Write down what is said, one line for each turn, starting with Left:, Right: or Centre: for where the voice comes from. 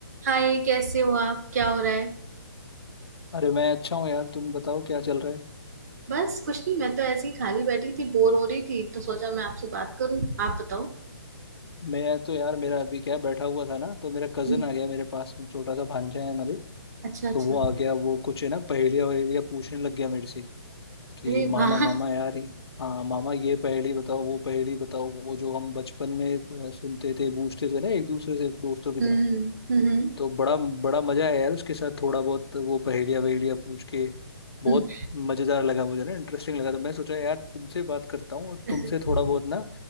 Right: हाय कैसे हो आप क्या हो रहा है
Left: अरे मैं अच्छा हूँ यार तुम बताओ क्या चल रहा है
Right: बस कुछ नहीं मैं तो ऐसे ही खाली बैठी थी बोर हो रही थी तो सोचा मैं आपसे बात करूं आप बताओ
Left: मैं तो यार मेरा अभी क्या है, बैठा हुआ था ना तो मेरा कजन
Right: हम्म
Left: आ गया मेरे पास में छोटा सा भांजा है हमारे
Right: अच्छा अच्छा
Left: तो वो आ गया वो कुछ है ना पहेलियाँ वहेलियाँ पूछने लग गया मेरे से कि
Right: अरे
Left: मामा
Right: वाह
Left: मामा यार ये- हाँ मामा ये पहेली बताओ वो पहेली बताओ वो जो हम बचपन में अ, सुनते थे पूछते थे ना एक दूसरे से दोस्तों की
Right: हम्म
Left: तरह
Right: हम्म
Left: तो बड़ा बड़ा मजा आया यार उसके साथ थोड़ा बहुत वो पहेलिया वहेलिया पूछ के बहुत
Right: हम्म
Left: मजेदार लगा मुझे ना इंटरेस्टिंग लगा तो मैं सोचा यार तुमसे बात करता हूँ और
Right: <laughs>
Left: तुमसे थोड़ा बहुत ना